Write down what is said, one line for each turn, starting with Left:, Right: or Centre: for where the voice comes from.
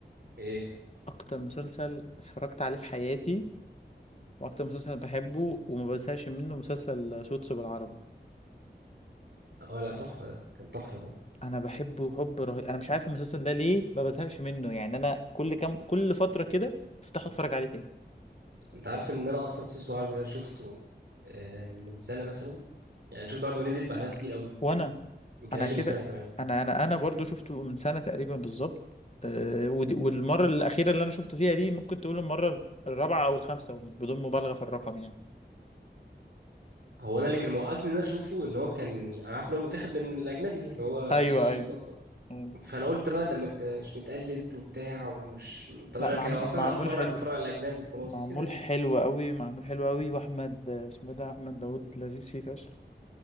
Right: ايه
Left: اكتر مسلسل اتفرجت عليه في حياتي واكتر مسلسل بحبه وما بزهقش منه مسلسل سوتس بالعربي
Right: اه لا تحفة ده كان تحفة ده
Left: انا بحبه حب رهيب انا مش عارف المسلسل ده ليه ما بزهقش منه يعني انا كل كام كل فتره كده افتحه اتفرج عليه تاني
Right: انت عارف ان انا اصلا سوسو عربي ده أنا شفته آه، من سنة مثلا يعني شفته بعد ما نزل بعدها كتير قوي
Left: وانا
Right: يمكن
Left: انا
Right: اقل
Left: كده
Right: من سنة كمان
Left: انا انا انا برضو شفته من سنه تقريبا بالظبط أه ودي والمره الاخيره اللي انا شفته فيها دي ممكن تقول المره الرابعه او الخامسه بدون مبالغه في الرقم يعني
Right: هو انا اللي كان موقفني ان انا اشوفه ان هو كان أنا عارف ان هو متاخد من الاجنبي اللي هو اسمه
Left: ايوه
Right: سوتس
Left: ايوه
Right: اصلا
Left: مم.
Right: فانا قلت بقى ده مت... مش متقلد وبتاع ومش طب
Left: لا
Right: انا
Left: معم...
Right: كده لو اصلا
Left: معمول
Right: هتفرج
Left: حلو
Right: اتفرج على الاجنبي وخلاص
Left: معمول
Right: كده يعني
Left: حلو قوي معمول حلو قوي واحمد اسمه إيه ده احمد داوود لذيذ فيه فشخ